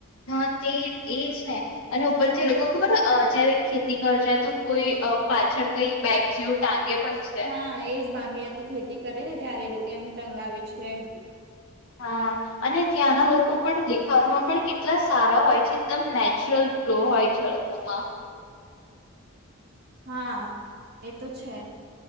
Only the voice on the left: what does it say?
હા તે એ જ ને. અને ઉપરથી લોકો ખબર અહ જ્યારે ખેતી કર જાય તો કોઈ અહ પાછળ કંઈ બેગ જેવું ટાંગે પણ છે
હા. અને ત્યાંના લોકો પણ દેખાવામાં પણ કેટલા સારા હોય છે એકદમ નેચરલ ગ્લો હોય છે એ લોકોમાં.